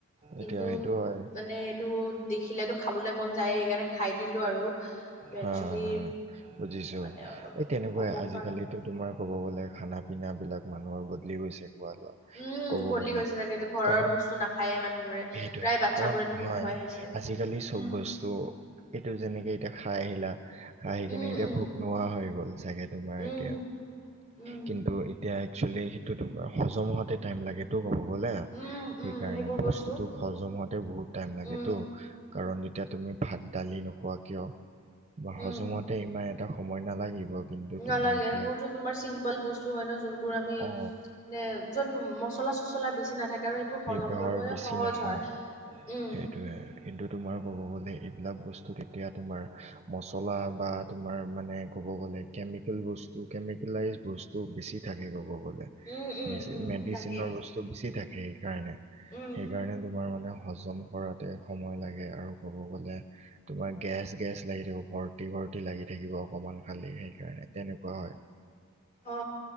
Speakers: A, on the left (about 40°); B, on the right (about 30°).
A: কিন্তু
B: এতিয়া সেইটো হয়
A: মানে টো দেখিলেতো খাবলৈ মন যায়ে, সেইকাৰণে খাই দিলো আৰু।
B: হা,
A: একচুৱেলি
B: বুজিছো
A: মানে অলপ
B: এই তেনেকুৱাই
A: অপকাৰ
B: আজিকালিতো
A: কৰে
B: তোমাৰ ক'ব গ'লে খানা পিনা বিলাক মানুহৰ বদলি গৈছে খোৱা লোৱা
A: উম
B: কব
A: বদলি
B: গ'লে,
A: গৈছে চাগে এইটো ঘৰৰ
B: কাৰণ
A: বস্তু নাখায়ে মানুহবোৰে
B: সেইটোৱে
A: প্ৰায় বাচ্ছাবোৰেতো
B: কাৰণ নহয়
A: নোখোৱাই হৈছে
B: আজিকালি চব
A: উম
B: ব টো' এইটো যেনেকে এতিয়া খাই আহিলা, খাই আহি কিনে
A: উম
B: এতিয়া
A: উম
B: ভোক নোহোৱা হৈ গ'ল চাগেতো তোমাৰ
A: উম
B: এতিয়া,
A: উম
B: কিন্তু এতিয়া একচুৱেলি সেইটো তোমাৰ হজম হোৱাতে টাইম লাগে টো ক'ব গ'লে,
A: উম উম
B: সেইকাৰণে
A: সেইবোৰ
B: বস্তুটো
A: বস্তু
B: হজম হওতে বহুত টাইম লাগে
A: উম
B: টো। কাৰণ, যেতিয়া তুমি ভাত, দালি নোখোৱা কিয়? বা হজমতে
A: উম
B: ইমান এটা সময় নালাগিব। কিন্তু তোমাৰ
A: নালাগে
B: এতিয়া
A: বুতত তোমাৰ চিম্পল বস্তু হয় ন, যোনবোৰ আমি
B: অ
A: নে য'ত মচলা চচলা বেছি নাথাকে আৰু সেইবোৰ হজম
B: ব্যৱহাৰ
A: কৰিবলৈ
B: বেছি
A: সহজ
B: নহয়
A: হয় উম
B: সেইটোয়ে। কিন্তু তোমাৰ ক'ব গ'লে এইবিলাক বস্তু এতিয়া তোমাৰ মছলা বা তোমাৰ মানে ক'ব গ'লে কেমিকেল বস্তু কেমিকেলাইজ বস্তু বেছি থাকে ক'ব গ'লে।
A: উম উম
B: মেচি
A: উম
B: মেডিচিনৰ
A: তাকে
B: বস্ বেছি থাকে সেইকাৰণে
A: উম
B: সেইকাৰণে তোমাৰ মানে হজম কৰা তে সময় লাগে আৰু ক'ব গ'লে তোমাৰ গেছ গেছ লাগি থাকিব ভৰ্তি ভৰ্তি লাগি থাকিব অকমান খালে সেইকাৰণে তেনেকুৱা হয়।
A: অ